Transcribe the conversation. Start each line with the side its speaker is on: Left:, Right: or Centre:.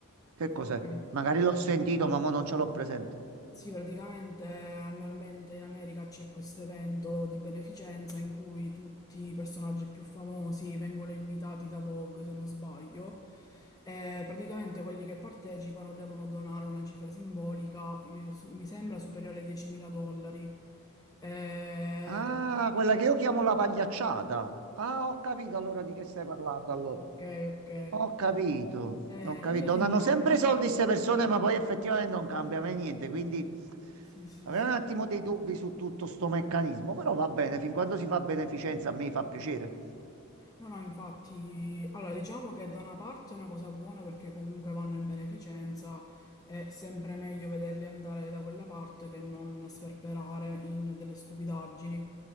Right: che
Left: Ah,
Right: cos'è?
Left: Ok.
Right: Magari l'ho sentito, ma mo non ce l'ho presente.
Left: Sì, praticamente annualmente in America c'è questo evento di beneficenza in cui tutti i personaggi più famosi vengono invitati da Vogue, se non sbaglio, e praticamente quelli che partecipano devono donare una cifra simbolica, eh, s- mi sembra superiore ai 10.000 dollari. Eh,
Right: Ah, quella che io chiamo la pagliacciata. Ah, ho capito allora di che stai parlando allora.
Left: ok, ok.
Right: Ho capito,
Left: Eh,
Right: ho capito.
Left: io
Right: Donano
Left: sinceramente...
Right: sempre soldi queste persone, ma poi effettivamente non cambia mai niente, quindi
Left: Sì, sì,
Right: avrei
Left: sì.
Right: un attimo dei dubbi su tutto sto meccanismo, però va bene, fin quando si fa beneficenza a me fa piacere.
Left: No, no, infatti, allora diciamo che da una parte è una cosa buona perché comunque vanno in beneficenza, è sempre meglio vederli andare da quella parte che non sperperare in delle stupidaggini.